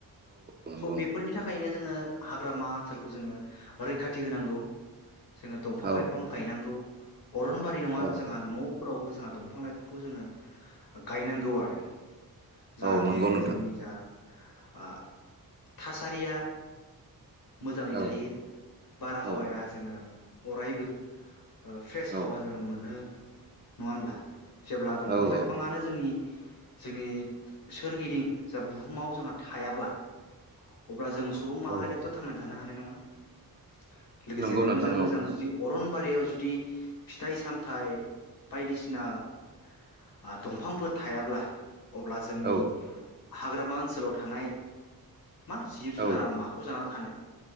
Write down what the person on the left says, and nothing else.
स बेफोरनि थाखाय नो जोङो हाग्रामा ओनसोलखौ जोङो रैखाथि होनांगौ। जोङो दंफां
लाइफां गायनांगौ। अरनबारि नङा
जोंहा न फोरावबो जोंहा दंफां लाइफांखौ जोङो गायनांगौ आरो जाहाथे
जोंनि जा आ थासारिया मोजाङै
थायो बारहावाया
जोङो अरायबो ओ फ्रेस
हावा जोङो मोनो नङा होमब्ला जेब्ला दंफां
लाइफाङानो
जोंनि जोंनि सोरगिदिं जा बुहुमाव जोंहा थायाब्ला अब्ला जों सुबुं माहारियाथ'
थांनानै थानो हानाय नङा लोगोसेनो
मोजां मोजां
जुदि अरनबारियाव जुदि फिथाइ सामथाइ बायदिसिना आ दंफांफोर थायाब्ला अब्ला जोंनि
हाग्रामा ओनसोलाव थानाय मा जिब जुनारा
माखौ जाना थानो